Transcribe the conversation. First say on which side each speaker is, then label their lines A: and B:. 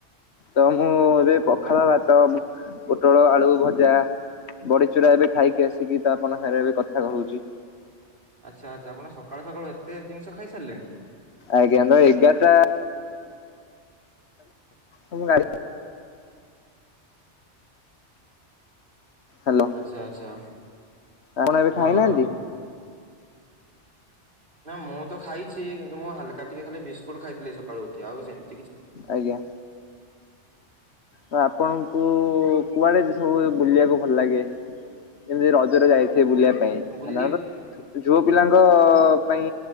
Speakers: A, on the left; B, on the right.
A: ତ ମୁଁ ଏବେ
B: ହଁ
A: ପଖାଳ
B: କଣ
A: ଭା ତ ପୋଟଳ ଆଳୁ ଭଜା ବଡି ଚୁରା ଏବେ ଖାଇକି ଆସିକି ତ ଆପଣଙ୍କ ସାଙ୍ଗରେ ଏବେ କଥା ହଉଛି।
B: ଆଚ୍ଛା ଆଚ୍ଛା ଆପଣ ସକାଳୁ ସକାଳୁ ଏତେ ଜିନିଷ ଖାଇସାରିଲେଣି।
A: ଆଜ୍ଞ ତ ଏଗାରଟା ମୁ ଗାଁ ରେ ଥିବି। <inaudible> ହାଲୋ।
B: ଆଚ୍ଛା, ଆଚ୍ଛା।
A: ଆପଣ ଏବେ
B: ହଁ
A: ଖାଇନାହାନ୍ତି?
B: ହଁ। ନା ମୁଁ ତ ଖାଇଛି କିନ୍ତୁ ମୁଁ ହାଲକା ଟିକେ ଖାଲି ବିସ୍କୁଟ ଖାଇଥିଲି ସକାଳୁ ଉଠି ଆଉ କିଛି ହେଇନି।
A: ଆଜ୍ଞା। ତ ଆପଣଙ୍କୁ
B: ଆଜ୍ଞା
A: କୁଆଡେ ଯେ ସବୁ ବୁଲିବାକୁ ଭଲ ଲାଗେ? ଏମିତି ରଜରେ ଯାଇଥିଲି ବୁଲିବା ପାଇଁ <unintelligible>
B: ବୁଲି
A: ଯଉ ପିଲାଙ୍କ ପାଇଁ